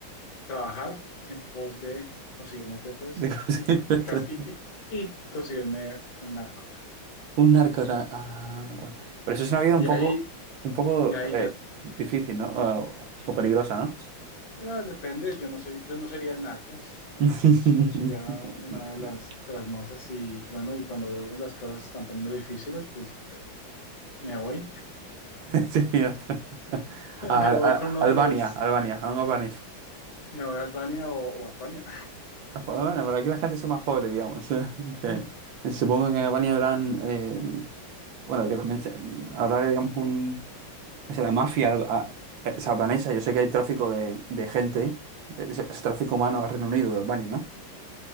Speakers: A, on the left (about 55°); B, on the right (about 75°).
A: trabajar en pos de conseguirme tetas
B: De cosas.
A: y, con- y, cas- y-
B: <laughs>
A: y- y conseguirme un narco.
B: Un narco. o sea, ah, bueno. Pero eso
A: Claro.
B: es una vida
A: Y
B: un poco,
A: ahí,
B: un poco
A: y ahí
B: eh,
A: ya
B: difícil, ¿no? O, o peligrosa, ¿no?
A: ah, depende, yo no soy, yo no sería el narco, s-
B: <laughs>
A: yo so- sería una de las, de las mozas y bueno, y cuando veo que las cosas se están poniendo difíciles, pues me voy,
B: Sí, o sea,
A: <laughs> me
B: a- a-
A: voy con uno
B: Albania,
A: de los,
B: Albania, un albanés.
A: me voy a Albania o, o a España.
B: Ah, Bueno, pero aquí la gente es más pobre, digamos. <laughs> Que,
A: <laughs>
B: eh, supongo que en Albania habrán, eh, bueno, que también se- habrá, digamos, un, o sea, la mafia al- a- eh, o sea, albanesa. Yo sé que hay tráfico de, de gente, eh, es, es tráfico humano al Reino Unido, de Albania, ¿no?